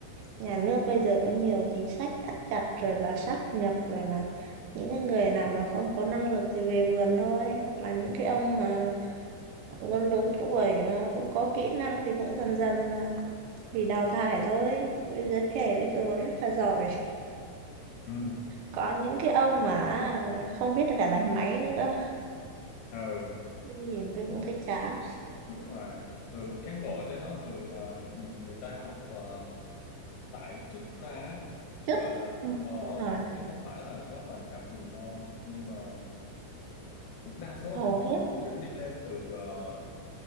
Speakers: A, on the right (about 90°); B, on the left (about 80°).
A: nhà nước bây giờ có nhiều chính sách thắt chặt rồi là sáp nhập rồi là những cái người nào mà không có năng lực thì về vườn thôi hoặc là những cái ông mà lớn lớn tuổi mà không có kỹ năng thì cũng dần dần mà bị đào thải thôi bây giờ trẻ bây giờ rất là giỏi
B: ừ
A: có những cái ông mà không biết là cả đánh máy nữa cơ
B: ừ
A: nhìn tôi cũng thấy chán
B: đúng rồi thường cán bộ trên đó thường ờ, người ta học ờ, tại chức ra á,
A: trước
B: gọi là
A: ừ,
B: ờ,
A: đúng rồi
B: chứ không phải là có bằng cấp gì ngon nhưng mà cũng đa số
A: hầu
B: là cũng
A: hết
B: đi, kiểu đi lên từ ờ,